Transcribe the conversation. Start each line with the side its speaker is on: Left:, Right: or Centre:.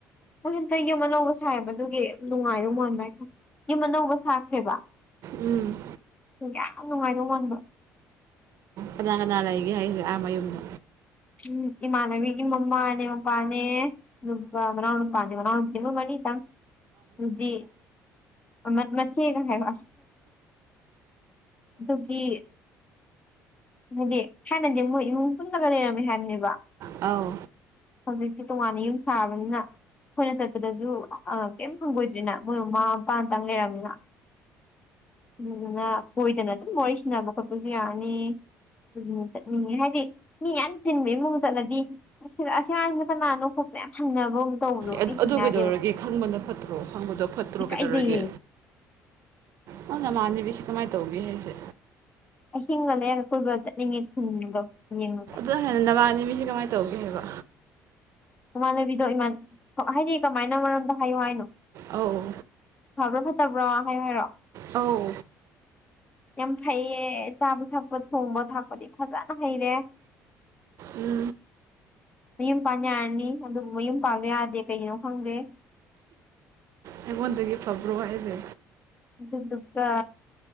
Left: ꯃ‌ꯣꯏ ꯍꯟꯗꯛ ꯌꯨꯝ ꯑꯅꯧꯕ ꯁꯥꯥꯏꯌꯦꯕ ꯑꯗꯨꯒꯤ ꯅꯨꯡꯉꯥꯏꯗꯧ ꯃꯥꯟꯕ ꯍꯥꯏꯇꯔ‌ꯦ ꯌꯨꯝ ꯑꯅꯧꯕ ꯁꯥꯈ꯭ꯔꯦꯕ
Right: ꯎꯝ
Left: ꯌꯥꯝ ꯅꯨꯡꯉꯥꯏꯗꯧ ꯃꯥꯟꯕ
Right: ꯀꯅꯥ ꯀꯅꯥ ꯂꯩꯒꯦ ꯍꯥꯏꯁꯦ ꯑꯥ ꯃꯌꯨꯝꯗ
Left: ꯎꯝ ꯏꯃꯥꯟꯅꯕꯤꯒꯤ ꯃꯃꯥꯅꯦ ꯃꯄꯥꯅꯦ ꯑꯗꯨꯒ ꯃꯅꯥꯎꯅꯨꯄꯥ ꯅ‌ꯦ ꯃꯅꯥꯎꯅꯨꯄꯤ ꯅ‌ꯦ ꯃ‌ꯣꯏ ꯃꯔꯤꯗꯪ ꯑꯗꯨꯗꯤ ꯃ ꯃꯆ‌ꯦ ꯍꯥꯏꯕ ꯑꯗꯨꯒꯤ ꯍꯥꯏꯗꯤ ꯊꯥꯏꯅꯗꯤ ꯃꯣꯏ ꯏꯃꯨꯡ ꯄꯨꯜꯂꯒ ꯂꯩꯔꯝꯃꯦ ꯍꯥꯏꯕꯅ‌ꯦꯕ
Right: ꯑꯥꯎ
Left: ꯍꯧꯖꯤꯛꯇꯤ ꯇꯣꯉꯥꯟꯅ ꯌꯨꯝ ꯁꯥꯕꯅꯤꯅ ꯑꯩꯈꯣꯏꯅ ꯆꯠꯄꯗꯁꯨ ꯑ ꯀꯩꯝ ꯐꯪꯒꯣꯏꯗ꯭ꯔꯤꯅ ꯃꯣꯏ ꯃꯃꯥ ꯃꯄꯥ ꯑꯇꯥꯡ ꯂꯩꯔꯝꯃꯤꯅ ꯑꯗꯨꯗꯨꯅ ꯀꯣꯏꯗꯅ ꯑꯗꯨꯝ ꯋꯥꯔꯤ ꯁꯥꯟꯅꯕ ꯈꯣꯠꯄꯁꯨ ꯌꯥꯔꯅꯤ ꯎꯝ ꯆꯠꯅꯤꯡꯉꯦ ꯍꯥꯏꯗꯤ ꯃꯤ ꯌꯥꯝ ꯇꯤꯟꯕ ꯏꯃꯨꯡꯗ ꯆꯠꯂꯗꯤ ꯑꯁ ꯑꯁꯤ ꯑꯉꯥꯡꯖꯤꯅ ꯀꯅꯥꯅꯣ ꯈꯣꯠꯄ ꯌꯥꯝ ꯍꯪꯅꯕ ꯑꯃ ꯇꯧꯕꯗꯣ
Right: ꯑꯦ
Left: ꯑꯩ ꯍꯩꯅꯗꯦꯕ
Right: ꯑꯗꯨ ꯀꯩꯗꯧꯔꯒꯦ ꯈꯪꯕꯅ ꯐꯠꯇ꯭ꯔꯣ ꯈꯪꯕꯗꯣ ꯐꯠꯇ꯭ꯔꯣ
Left: ꯏꯀꯥꯏꯖꯩꯌꯦ
Right: ꯀꯩꯗꯧꯔꯒꯦ ꯅꯪ ꯅꯃꯥꯟꯅꯕꯤꯁꯤ ꯀꯃꯥꯏ ꯇꯧꯒꯦ ꯍꯥꯏꯁꯦ
Left: ꯑꯍꯤꯡꯒ ꯂꯦꯛꯑꯒ ꯀꯣꯏꯕ ꯆꯠꯅꯤꯡꯉꯦ ꯈꯨꯟꯗꯣ ꯌꯦꯡꯉꯒ
Right: ꯑꯗꯨ ꯍꯦꯟꯅ ꯅꯕꯥꯅꯕꯤꯁꯤ ꯀꯃꯥꯏ ꯇꯧꯒꯦ ꯍꯥꯏꯕ
Left: ꯏꯃꯥꯟꯅꯕꯤꯗꯣ ꯏꯃꯥꯟ ꯍꯥꯏꯗꯤ ꯀꯃꯥꯏꯅ ꯃꯔꯝꯗꫭ ꯍꯥꯏꯌꯣ ꯍꯥꯏꯅꯣ
Right: ꯑꯧ
Left: ꯐꯕ꯭ꯔꯥ ꯐꯠꯇꯕ꯭ꯔꯥ ꯍꯥꯏꯌꯣ ꯍꯥꯏꯔꯣ
Right: ꯑꯧ
Left: ꯌꯥꯝ ꯐꯩꯌꯦ ꯆꯥꯕ ꯊꯛꯄ ꯊꯣꯡꯕ ꯊꯥꯛꯄꯗꯤ ꯐꯖꯅ ꯍꯩꯔꯦ
Right: ꯎꯝ
Left: ꯃꯌꯨꯝ ꯄꯥꯟ ꯌꯥꯔꯅꯤ ꯑꯗꯨꯕꯨ ꯃꯌꯨꯝ ꯄꯥꯟꯕ ꯌꯥꯗꯦ ꯀꯩꯒꯤꯅꯣ ꯈꯪꯗꯦ
Right: ꯑꯩꯉꯣꯟꯗꯒꯤ ꯐꯕ꯭ꯔꯣ ꯍꯥꯏꯁꯦ
Left: ꯑꯗꯨꯗꯨꯒ